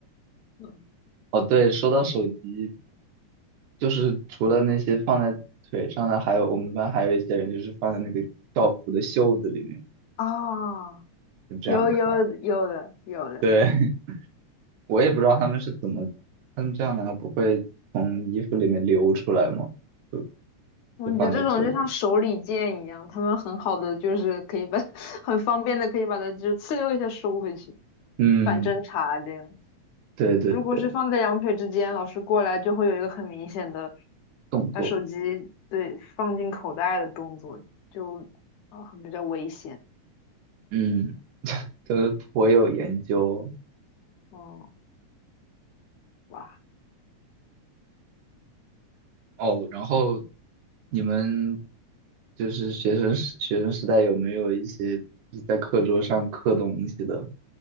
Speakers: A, on the left (about 70°); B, on the right (about 90°).
A: 嗯
B: 哦，对，说到手机，就是除了那些放在腿上的，还有我们班还有一些人就是放在那个校服的袖子里面，
A: 啊，
B: 就这样看。
A: 有有有的有的。
B: 对，<laughs> 我也不知道他们是怎么，他们这样难道不会从衣服里面流出来吗？就
A: 我觉得这种就像手里剑一样，
B: 就放在袖子里。
A: 他们很好的就是可以把，<laughs> 很方便的可以把它就呲溜一下收回去，
B: 嗯，
A: 反侦查这样。
B: 对对对，
A: 如果是放在两腿之间，老师过来就会有一个很明显的
B: 动作，
A: 把手机对放进口袋的动作，就啊、很比较危险。
B: 嗯，都颇有研究
A: 哦，哇
B: 哦。然后你们就是学生时学生时代有没有一些就是在课桌上刻东西的、